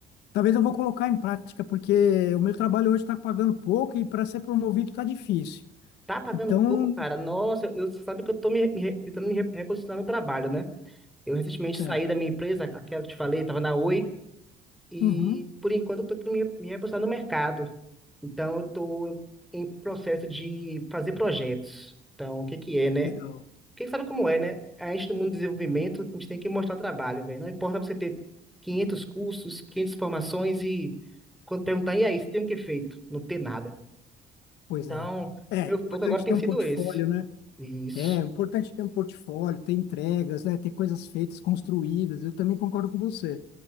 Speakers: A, on the left (about 80°); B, in the centre.
A: Talvez eu vou colocar em prática, porque o meu trabalho hoje está pagando pouco e para ser promovido está difícil.
B: Tá pagando
A: Então,
B: pouco, cara. Nossa, eu sabe que eu tô me, me re- tentando me re- reposicionar no trabalho, né? Eu recentemente
A: certo.
B: saí da minha empresa, aquela que eu te falei, tava na Oi, e
A: Uhum,
B: por enquanto eu tô tentando me, re- me reposicionar no mercado. Então eu tô em processo de fazer projetos. Então, o que que é, né?
A: legal.
B: Quem sabe como é, né? A gente do mundo do desenvolvimento, a gente tem que mostrar trabalho, velho. Não importa você ter 500 cursos, 500 formações e quando perguntar, e aí, você tem o que feito? Não ter nada.
A: Pois
B: Então,
A: é. É
B: meu
A: é
B: foco
A: importante
B: agora tem
A: ter
B: sido
A: um portfólio,
B: esse.
A: né?
B: Isso.
A: É é importante ter um portfólio, ter entregas, né? Ter coisas feitas, construídas. Eu também concordo com você.